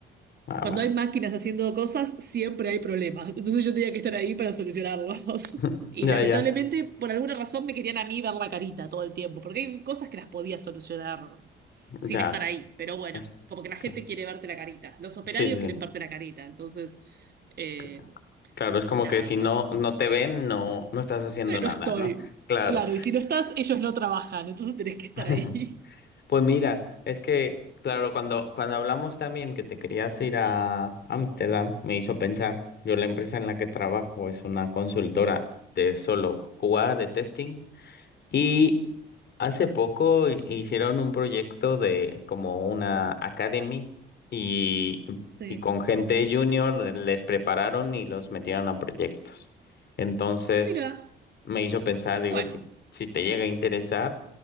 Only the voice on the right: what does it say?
cuando
hay máquinas haciendo cosas, siempre hay problemas. Entonces yo tenía que estar ahí para solucionarlos. <laughs>
Y
lamentablemente,
por alguna razón, me querían a mí ver la carita todo el tiempo, porque hay cosas que las podía solucionar sin
estar ahí. Pero bueno,
como que la
gente quiere verte la carita. Los operarios
quieren verte la carita. Entonces, eh,
nada,
o sea,
eh, no
estoy.
Claro, y si no estás, ellos no trabajan, entonces tenés que estar
ahí. <laughs>
Sí.
Mira,
bueno,